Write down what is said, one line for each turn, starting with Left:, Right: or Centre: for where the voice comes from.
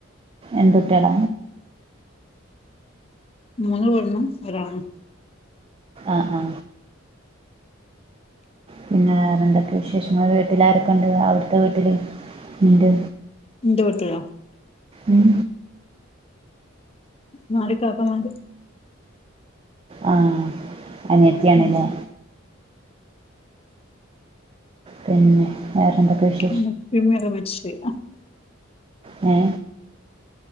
Right: എന്ത് കുട്ടിയാല
Left: മൂന്ന് പെണ്ണും ഒരാണും
Right: ആഹ ആഹ പിന്നെ വേറെന്താക്കെ വിശേഷങ്ങൾ വീട്ടിലാരൊക്കെ ഉണ്ട് അവിടുത്തെ വീട്ടിൽ ഇണ്ട്
Left: ഇന്റെ വീട്ടിലോ
Right: ഉം
Left: നാല് ഇക്കക്ക മാർ
Right: ആ അനിയത്തി ആണ്ല്ലേ
Left: ഉം
Right: പിന്നെ വേറെന്തൊക്കെ വിശേ
Left: ഇന്റെ ഇപ്പിഇമ്മിക്കെ മരിച്ചു പോയി
Right: ഹെ